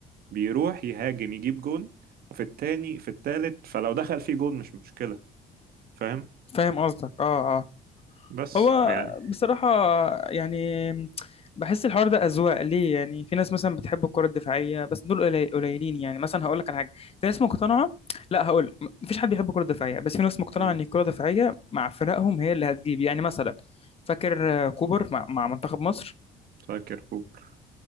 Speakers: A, on the right (about 65°); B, on the left (about 35°).
A: بيروح يهاجم يجيب جون في التاني في التالت فلو دخل فيه جون مش مشكله فاهم
B: فاهم قصدك اه اه
A: بس
B: هو
A: يعني
B: بصراحة يعني بحس الحوار ده أذواق ليه يعني في ناس مثلا بتحب الكرة الدفاعية بس دول قلي- قليلين يعني مثلا هقول لك على حاجة في ناس مقتنعة لا هقول لك مفيش حد بيحب الكرة الدفاعية بس في ناس مقتنعة
A: امم
B: إن الكرة الدفاعية مع فرقهم هي اللي هتجيب يعني مثلا فاكر آه، كوبر مع, مع منتخب مصر
A: فاكر كوبر